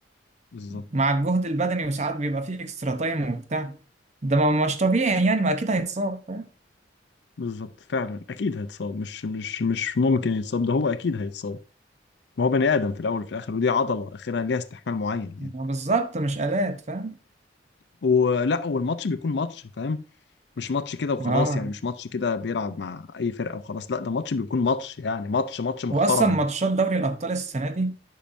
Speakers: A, on the left; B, on the right.
A: بالظبط
B: مع الجهد البدني وساعات بيبقى فيه اكسترا تايم وبتاع ده ما مش طبيعي يعني ما اكيد هيتصاب فاهم
A: بالظبط فعلا اكيد هيتصاب مش مش مش ممكن يتصاب ده هو اكيد هيتصاب ما هو بني ادم في الاول وفي الاخر ودي عضله اخرها ليها استحمال معين
B: ما
A: يعني
B: بالظبط مش آلات فاهم
A: ولا والماتش بيكون ماتش فاهم مش ماتش كده وخلاص
B: اه
A: يعني مش ماتش كده بيلعب مع اي فرقه وخلاص لا ده ماتش بيكون ماتش يعني ماتش ماتش محترم
B: واصلا ماتشات دوري الابطال السنه دي